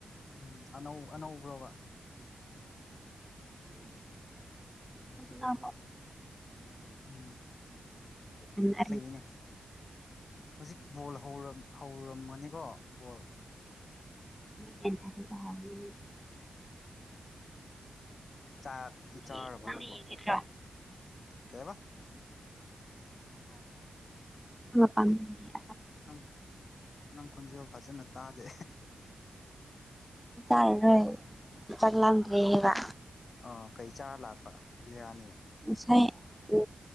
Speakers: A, on the left (about 55°); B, in the centre.
A: ꯎꯝ ꯑꯅꯧ ꯑꯅꯧꯕ꯭ꯔꯣꯕ
B: ꯃ
A: ꯎꯝ
B: ꯌꯦꯡꯕ
A: ꯐꯅꯦ ꯍꯧꯖꯤꯛ ꯕꯣꯜ ꯍꯧꯔꯝꯃꯅꯤꯀꯣ ꯕꯣꯜ
B: ꯇꯦꯟ ꯊꯥꯔꯇꯤꯗ ꯍꯥꯎꯅꯤ
A: ꯆꯥꯛꯇꯤ ꯆꯥꯔꯕ
B: ꯌꯦꯦꯣ
A: ꯅꯪꯕꯣ ꯀꯩꯕ
B: ꯀ ꯄꯝ
A: ꯅꯪ ꯅꯪ ꯈꯣꯟꯖꯦꯜ ꯐꯖꯅ ꯇꯥꯗꯦ
B: ꯆꯥꯏꯔꯣꯏ ꯆꯠꯂꯝꯗ꯭ꯔꯦꯦꯕ
A: ꯑꯣ ꯑꯣ ꯀꯩ ꯆꯥ ꯂꯥꯛꯄ ꯕꯤꯔꯌꯥꯅꯤ
B: ꯉꯁꯥꯏ ꯎ